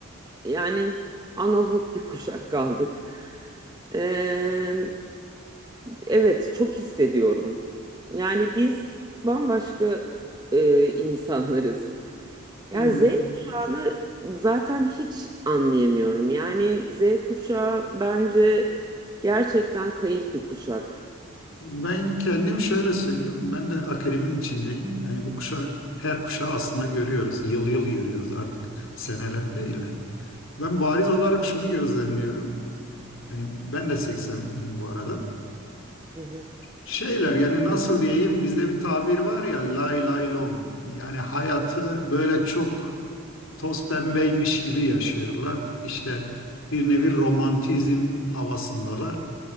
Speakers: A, on the right; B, on the left.
A: yani analog bir kuşak kaldık. Ee, Evet, çok hissediyorum. Yani biz bambaşka e, insanlarız. Yani
B: Yani
A: Z kuşağını zaten hiç anlayamıyorum. Yani Z kuşağı bence gerçekten kayıp bir kuşak.
B: ben kendim şöyle söyleyeyim, ben de akademinin içindeyim. Yani bu kuşa, her kuşağı aslında görüyoruz, yıl yıl görüyoruz artık seneler değil de. Ben bariz olarak şunu gözlemliyorum. Yani ben de 80'liyim bu arada.
A: Hı hı.
B: Şeyler yani nasıl diyeyim bizde bir tabir var ya lay lay lom yani hayatı böyle çok toz pembeymiş gibi yaşıyorlar. İşte bir nevi romantizm havasındalar